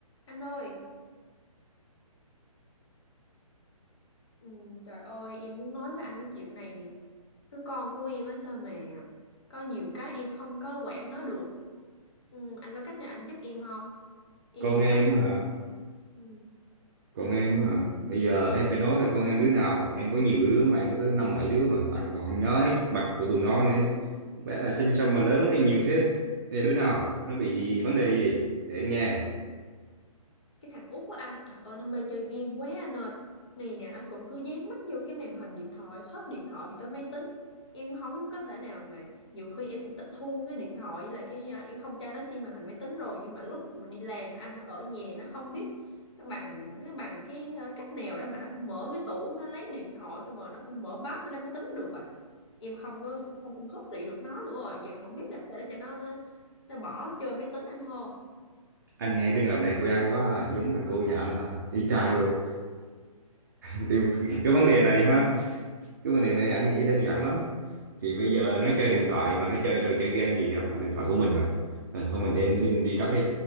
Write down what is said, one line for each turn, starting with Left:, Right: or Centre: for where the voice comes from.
Left: Anh ơi, ừm, trời ơi, em muốn nói với anh cái chuyện này nè. Đứa con của em á sao mà có nhiều cái em không có quản nó được. Ừm, anh có cách nào anh giúp em không? Em
Right: con em
Left: rất là
Right: hả
Left: muốn. ừ.
Right: con em hả bây giờ em phải nói là con em đứa nào em có nhiều đứa mà em có tới năm bảy đứa mà anh còn không nhớ hết mặt của tụi nó nữa bé là sinh xong mà lớn lên nhiều thế bây giờ đứa nào nó bị vấn đề gì để anh nghe
Left: cái thằng út của anh trời ơi nó mê chơi game quá anh ơi ngày nào nó cũng cứ dán mắt vô cái màn hình điện thoại hết điện thoại thì tới máy tính em không có thể nào mà nhiều khi em cũng tịch thu cái điện thoại với lại cái à, em không cho nó xem màn hình máy tính rồi nhưng mà lúc mà đi làm anh nó ở nhà nó không biết nó bằng nó bằng cái à, cách nào đó mà nó cũng mở cái tủ nó lấy điện thoại xong rồi nó cũng mở bát nó lên máy tính được à em không có em không em hấp trị được nó nữa rồi giờ không biết làm sao để cho nó nó, nó bỏ chơi máy tính anh hô
Right: anh nghe trường hợp này quen quá à. giống thằng cu nhà anh à. y chang luôn <laughs> Thì cái vấn đề này ha cái vấn đề này anh nghĩ đơn giản lắm thì bây giờ nó chơi điện thoại mà nó chơi rồi chơi game gì đó là điện thoại của mình mà Ờ, thôi mình đem đem đi trắc đi